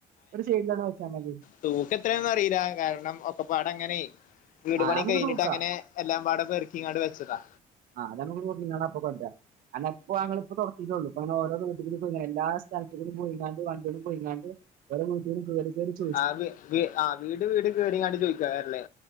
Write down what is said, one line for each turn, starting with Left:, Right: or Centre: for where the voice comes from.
Right: ഒരു സൈഡി തന്നെ വെച്ചാ മതി
Left: തൂക്കം എത്രയാന്ന് അറിയില്ല ആകെ കാരണം ഒക്കപ്പാടെ അങ്ങനെ വീട്
Right: ആ
Left: പണി
Right: അത് നമുക്ക്
Left: കഴിഞ്ഞിട്ട്
Right: തൂക്കാം
Left: അങ്ങനെ എല്ലാം പാടെ പെറുക്കിയങ്ങാട് വെച്ചതാ
Right: ആഹ് അത് നമക്ക് നോക്കീം കണ്ടും അപ്പൊ കൊണ്ടരം അല്ല ഇപ്പൊ അങ്ങളെ ഇപ്പൊ തുറത്തിട്ടേള്ളൂ ഇപ്പ ഓരോന്ന് കൂടി പോയി എല്ലാ സ്ഥലത്തും കൂടി പോയിങ്ങാണ്ട് വണ്ടിം പോയിങ്ങാണ്ട് വര <unintelligible>
Left: ആ വീ വീ ആ വീട് വീട് കേറിങ്ങണ്ട് ചോയിക്കാറില്ലേ